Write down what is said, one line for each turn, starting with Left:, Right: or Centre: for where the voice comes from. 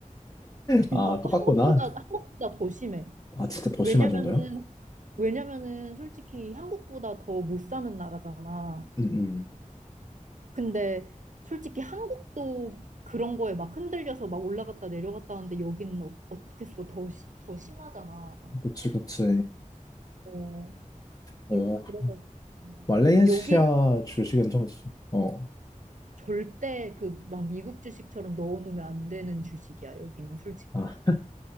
Left: 아,
Right: 그러니까
Left: 똑같구나.
Right: 한국보다 한국보다 더 심해.
Left: 아, 진짜 더
Right: 왜냐면은
Left: 심한 정도야?
Right: 왜냐면은 솔직히 한국보다 더 못 사는 나라잖아.
Left: 음, 음.
Right: 근데 솔직히 한국도 그런 거에 막 흔들려서 막 올라갔다 내려갔다 하는데 여기는 어, 어떻겠어? 더, 시, 더 심하잖아.
Left: 그치, 그치.
Right: 어, 그,
Left: 어,
Right: 그래가지고.
Left: 말레이시아
Right: 어, 여기는
Left: 주식은 좀, 어,
Right: 절대 그 막 미국 주식처럼 넣어놓으면 안 되는 주식이야, 여기는 솔직히.
Left: 아,